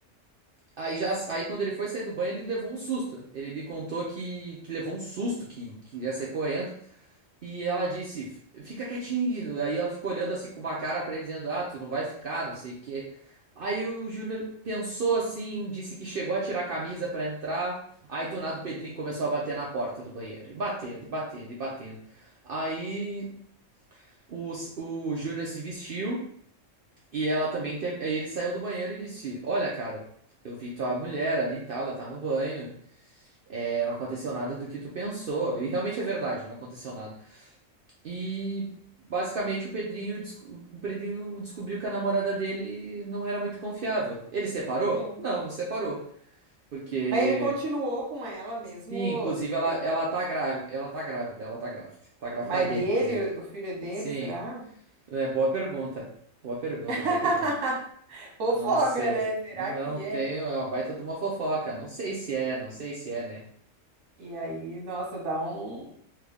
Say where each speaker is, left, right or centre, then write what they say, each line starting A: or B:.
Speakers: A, on the right; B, on the right.
A: Aí já, aí quando ele foi sair do banho, ele levou um susto. Ele me contou que, que levou um susto, que, que ia sair correndo. E ela disse, fica quietinho. Aí ela ficou olhando assim com uma cara pra ele, dizendo, ah, tu não vai ficar, não sei o quê. Aí o Júnior pensou assim, disse que chegou a tirar a camisa pra entrar. Aí do nada o Pedrinho começou a bater na porta do banheiro. E batendo, e batendo, e batendo. Aí o, o Júnior se vestiu e ela também. Tem, aí ele saiu do banheiro e disse: Olha, cara, eu vi tua mulher ali e tal, ela tá no banho. É, não aconteceu nada do que tu pensou. E realmente é verdade, não aconteceu nada. E basicamente o Pedrinho, des- o Pedrinho descobriu que a namorada dele não era muito confiável. Ele separou?
B: Sim.
A: Não, não separou. Porque.
B: Mas ele continuou com ela mesmo
A: Sim, inclusive ela,
B: tendo.
A: ela tá grávida. Ela tá grávida, ela tá grávida. Tá grávida
B: Mas
A: dele,
B: dele,
A: inclusive.
B: o filho é dele,
A: Sim.
B: será?
A: É, boa pergunta. Boa pergunta,
B: <laughs>
A: boa pergunta.
B: Fofoga,
A: Não sei.
B: né? Será
A: Não
B: que
A: tenho.
B: é?
A: É uma baita de uma fofoca. Não sei se é, não sei se é, né?
B: E aí, nossa, dá um.